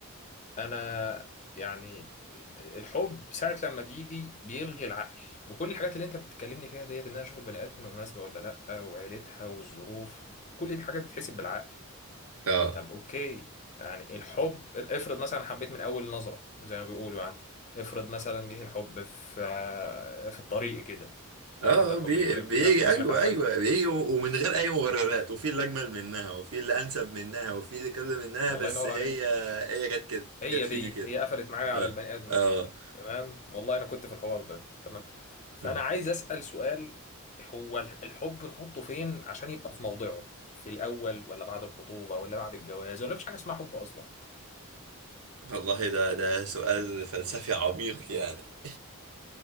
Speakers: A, on the left (about 35°); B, on the right (about 75°).
A: انا يعني الحب ساعة لما بيجي بيلغي العقل وكل الحاجات اللي انت بتكلمني فيها ديت ان انا اشوف البني ادم مناسبة ولا لا وعيلتها والظروف كل دي حاجات بتتحسب بالعقل
B: اه
A: طب اوكي يعني الحب افرض مثلا حبيت من اول نظرة زي ما بيقولوا يعني افرض مثلا جه الحب في في الطريق كده
B: اه
A: عارف انت الحب
B: بي...
A: اللي بيقولك
B: بيجي
A: بيجيلك بيجيلك
B: ايوه
A: على فجأة
B: ايوه بيجي و- ومن غير اي مبررات وفي اللي اجمل منها وفي اللي انسب منها وفي اللي كذا منها
A: الله
B: بس
A: ينور
B: هي
A: عليك
B: هي جت كده
A: هي
B: جت في
A: دي
B: دي كده
A: هي قفلت معايا على
B: اه
A: البني ادمه
B: اه
A: دي تمام والله انا كنت في الحوار ده تمام فانا
B: مم.
A: عايز اسال سؤال هو الحب نحطه فين عشان يبقى في موضعه في الاول ولا بعد الخطوبه ولا بعد الجواز ولا مفيش حاجه اسمها حب اصلا
B: والله ده ده سؤال فلسفي عميق يعني